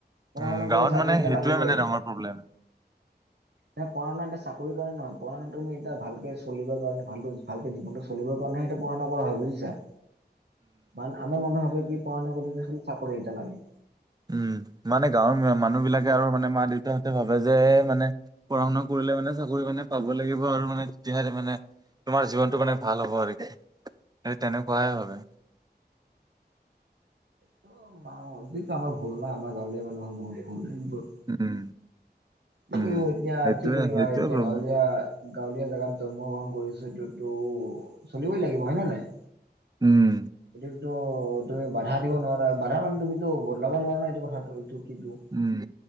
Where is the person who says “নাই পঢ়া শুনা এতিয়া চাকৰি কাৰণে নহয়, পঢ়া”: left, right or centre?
Right